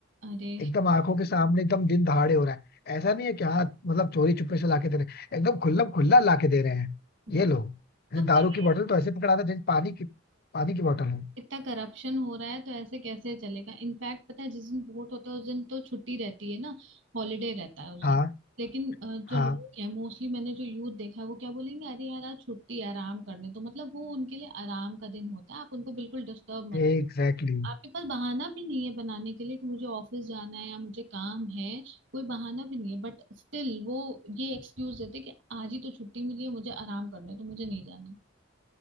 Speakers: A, on the right; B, on the left.
A: अरे
B: एकदम आंखों के सामने एकदम दिन दहाड़े हो रहा है ऐसा नहीं है कि हाँ मतलब चोरी छुपे से लाके दे रहे हैं एकदम खुला खुला लाके दे रहे हैं
A: बत,
B: ये लोग जैसे
A: तो फिर
B: दारू की
A: ये
B: बोतल तो ऐसे पकड़ा था जैसे पानी की पानी की बोतल हो
A: इतना करप्शन हो रहा है तो ऐसे कैसे चलेगा इनफैक्ट पता है जिस दिन वोट होता है उस दिन तो छुट्टी रहती है ना हॉलीडे रहता है उस
B: हाँ
A: दिन लेकिन अ,
B: हाँ
A: जो लोग हैं मोस्टली मैंने जो यूथ देखा है वो क्या बोलेंगे अरे यार आज छुट्टी है, आराम करने तो मतलब वो उनके लिए आराम का दिन होता है आप उनको बिल्कुल डिस्टर्ब मत
B: एग्जैक्टली
A: आपके पास बहाना भी नहीं है बनाने के लिए कि मुझे ऑफिस जाना है या मुझे काम है कोई बहाना भी नहीं है बट स्टिल वो ये एक्सक्यूज देते कि आज ही तो छुट्टी मिली है मुझे आराम करना है तो मुझे नहीं जाना है